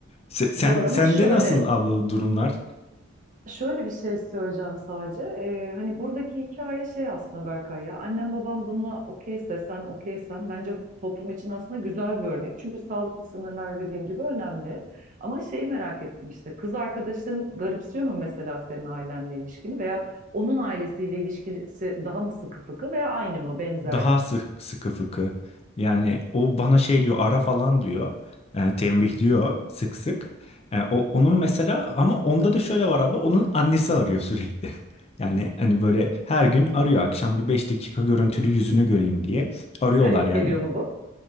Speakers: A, on the left; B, on the right.
A: Se- Sen,
B: Zor
A: sende
B: ama şöyle
A: nasıl abla durumlar?
B: Şöyle bir şey söyleyeceğim sadece. Ee, hani buradaki hikaye şey aslında Berkay ya. Annem babam buna okeyse sen okeysen bence toplum için aslında güzel bir örnek. Çünkü sağlıklı sınırlar dediğim gibi önemli. Ama şeyi merak ettim işte kız arkadaşın garipsiyor mu mesela senin ailenle ilişkini veya onun ailesiyle ilişkisi daha mı sıkı fıkı veya aynı mı benzer
A: daha
B: mi?
A: sık, sıkı fıkı. Yani o bana şey diyor ara falan diyor. E, tembih diyor sık sık. E, o, onun mesela ama onda da şöyle var abi onun annesi arıyor sürekli. <laughs> Yani hani böyle her gün arıyor akşam bir 5 dakika görüntülü yüzünü göreyim diye arıyorlar
B: Garip
A: yani
B: geliyor mu